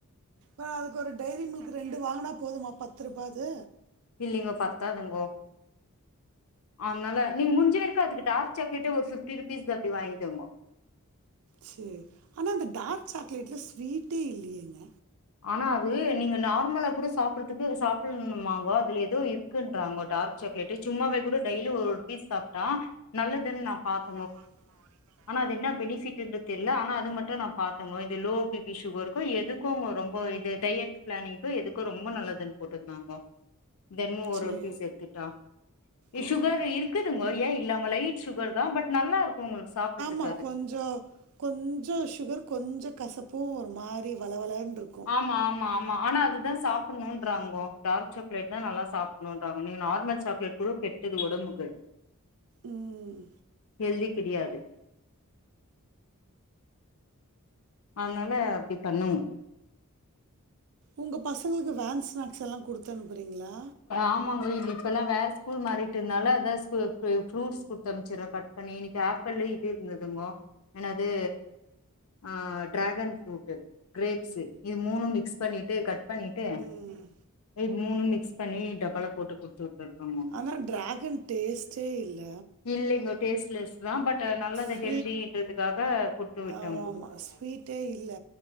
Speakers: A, on the right (about 70°); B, on the left (about 70°).
A: அ அதுக்கு ஒரு டைரி மில்க்கு ரெண்டு வாங்னா போதுமா பத்து ரூபாது
B: இல்லிங்கோ பத்தாதுங்கோ அதனால நீங்க முடிஞ்ச வரக்கு அதுக்கு டார்க் சாக்லேட்டே ஒருஃபிப்டி ருபீஸ் அப்டி வாங்கிக்கோங்கோ
A: செரி ஆனா அந்த டார்க் சாக்லேட்ல ஸ்வீட்டே இல்லியேங்க
B: ஆனா அது நீங்க நார்மலா கூட சாப்ட்றதுக்கு சாப்பிடணுமாங்கோ அதுல ஏதோ இர்க் குங்ன்றாங்கோ டார்க் சாக்லேட் சும்மாவ கூட டெய்லி ஒரு பீஸ் சாப்ட்டா நல்லதுன்னு நா பாத்
A: ஆமா அது <inaudible>
B: ஆனா அது என்னா பெனிஃபிட்ன்னு தெரில ஆனா அது மட்டு நா பாத்தங்கோ இந்த லோ பி பி சுகருக்கோ எதுக்கோ ரொம் இப்போ இது டயட் பிளானிக்கோ எதுக்கொ ரொம்ப நல்லதுன்னு போட்ருந்தாங்கோ தெனமு ஒரு
A: சரி
B: ஒரு பீஸு எடுத்துட்டா
A: ஓ
B: சுகரு இருக்குதுங்கோ ஏ இல்லாம லைட் சுகர் தா பட் நல்லா இருக்கு ஒங்களுக்கு சாப்டறதுக்கு
A: அ
B: அது
A: கொஞ்சொ கொஞ்சொ சுகர் கொஞ்சொ கசப்பு ஒரு மாரி வளவளன்ருக்
B: ஆமா ஆமா ஆமா ஆனா அதுதா சாப்டணுன்றாங்கோ டார்க் சாக்லேட் தா நல்லா சாப் னூன்றாங்கோ நீங்க நார்மல் சாக்லேட் கூட கெட்டது ஒடம்புக்கு
A: ம்
B: ஹெல்தி கிடையாது அதனால அப்டி பண்ணுங்கோ
A: ஒங்க பசங்களுக் வேன் ஸ்நாக்ஸ்ல்லா குடுத்தனுப்புறீங்ளா
B: ஆமாங்கோ இங்க இப்பல்லா வேற ஸ்கூல் மாறிட்டு இருந்தால அதாவது ஸ்ப் ப் ஃப்ரூட்ஸ் குடுத்த அமைச்சருவே கட் பண்ணி இன்னிக்கு ஆப் பல்ல இது இருந்ததுங்கோ என்னாது ஆ டிராகன் ஃப்ரூட் கிரேப்ஸ் இது மூணும் மிக்ஸ் பண்ணிட்டு கட் பண்ணிட்டு
A: ம்
B: இது மூணு மிக்ஸ் பண்ணி டப்பால போட்டு குடுத்து விட்டுருக்கோங்க
A: ஆனா டிராகன் டேஸ்ட்டே இல்ல
B: இல்லிங்கோ டேஸ்ட்லெஸ் தா பட் நல்லது
A: ஸ்வீட்
B: ஹெல்தின்றதுக்காக குடுத்து விட்
A: ஆமா ஆமா ஸ்வீ ட்டே இல்ல